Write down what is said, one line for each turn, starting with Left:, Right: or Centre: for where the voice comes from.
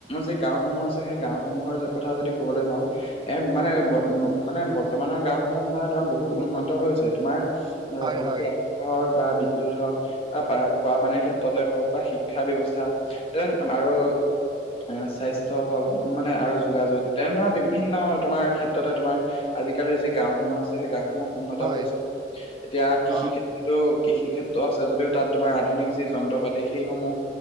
Left: যি গাওসমূহ আছে সেই গাওসমূহৰ কথা যদি কবলৈ যাওঁ এ মানে মানে বৰ্তমানৰ গাঁওসমূহ মানে তোমাৰ বহুত উন্নত হৈছে তোমাৰ এ
Right: হয়,
Left: প্ৰক্ৰিয়াত
Right: হয়,
Left: হওক বা বিদ্যুত হওক বা খোৱা পানীৰ ক্ষেত্ৰতে হওক বা শিক্ষা ব্যৱস্থা। তে আৰু- এ স্বাস্থ্য হওক মানে আৰু যোগাযোগ তেনে ধৰণৰ বিভিন্ন- তোমাৰ ক্ষেত্ৰতে তোমাৰ আজি কালি যি গাঁওসমূহ আ সেই গাঁওসমূহ - উন্নত
Right: হয়,
Left: হৈছে, এতিয়া কৃষি-
Right: অ',
Left: টো কৃষি ক্ষেত্ৰ আছে যদিও তাত তোমাৰ আধুনিক যি যন্ত্ৰ পাতি সেইসমূহ-